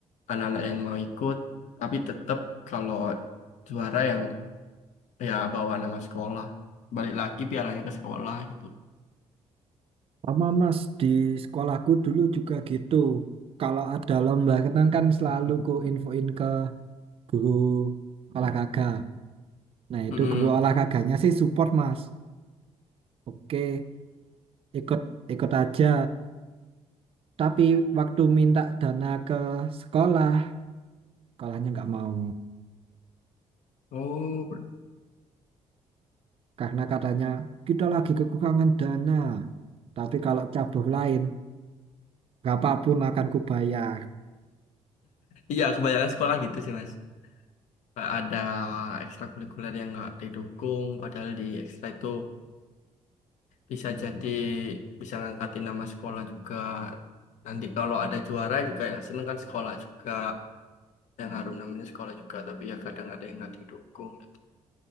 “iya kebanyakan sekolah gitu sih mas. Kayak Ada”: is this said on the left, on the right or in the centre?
Left